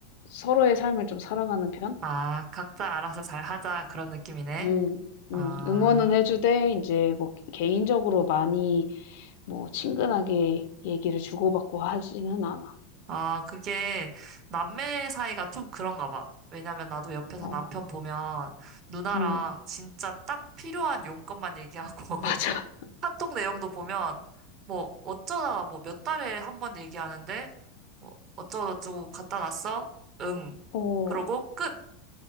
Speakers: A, on the left; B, on the right.
A: 서로의 삶을 좀 살아가는 편?
B: 아, 각자 알아서 잘 하자 그런 느낌이네.
A: 음, 음,
B: 아.
A: 응원은 해주되 이제 뭐 개인적으로 많이 뭐 친근하게 얘기를 주고받고 하지는 않아.
B: 아, 그게 남매 사이가 좀 그런가 봐. 왜냐면 나도 옆에서
A: 어,
B: 남편 보면 누나랑
A: 음,
B: 진짜 딱 필요한 용건만 얘기하고
A: <laughs> 맞아.
B: <laughs> 카톡 내용도 보면 뭐 어쩌다가 뭐 몇 달에 한 번 얘기하는데 뭐 어쩌고저쩌고 갖다 놨어? 응.
A: 어,
B: 그러고 끝.